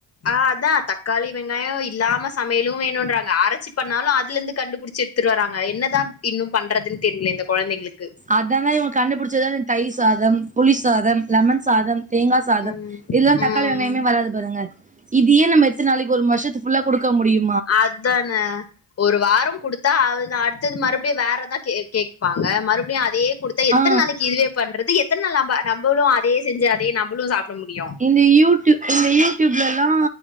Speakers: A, on the left; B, on the right.
A: ஆ அதா தக்காளி வெங்காயோ இல்லாம சமையலு வேணுன்றாங்க அரச்சி பண்ணாலு அதுலந்து கண்டுபுடிச்சி எடு த்துட்டு வர்றாங்க என்னதா இன்னு பண்றதுன் தெரில இந்த கொழந்தைங்களுக்கு
B: அதாங்க இவங்க கண்டுபுடிச்சது தா இந்த தயிர் சாதம் புளி சாதம் லெமன் சாதம் தேங்கா சாதம்
A: ம்
B: இதுலல்லா தக்காளி
A: ம்
B: வெங்காயமே வராது பாருங்க இதியே நம்ம எத்தன் நாளைக்கு ஒரு வர்ஷத்து ஃபுல்லா குடுக்க முடியு
A: அதானே ஒரு வாரோ குடுத்தா அவ்ள தா அடுத்தது மறுப்டியு வேறதா கே கேப்பாங்க மறுப்டி அதே குடு த்தா எத்தன்
B: ஆ
A: நாளைக்கு இதுவே பண்றது எத்தன் நாள் நம்ப நம்பளு அதே செஞ்சு அதே நம்பளு சாப்ட முடியு
B: இந்த யூடூ இந்த யூடூப்லல்லா